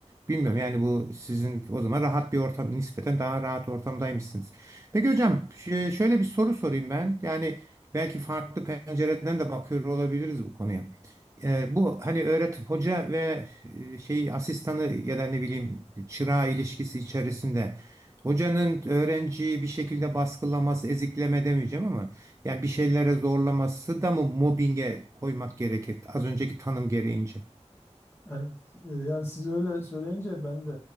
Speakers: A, on the right; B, on the left.
A: Bilmiyorum yani bu sizin
B: Evet,
A: o zaman rahat bir ortam nispeten daha rahat ortamdaymışsınız. Peki hocam
B: evet.
A: ş- şöyle bir soru sorayım ben. Yani belki farklı pencereden de bakıyor olabiliriz bu konuya. Ee, bu hani öğret hoca ve e, şey asistanı ya da ne bileyim çırağı ilişkisi içerisinde hocanın öğrenciyi bir şekilde baskılaması, ezikleme demeyeceğim ama yani bir şeylere zorlaması da mı mobbinge koymak gerekir az önceki tanım gereğince?
B: Evet, e, yani siz öyle söyleyince ben de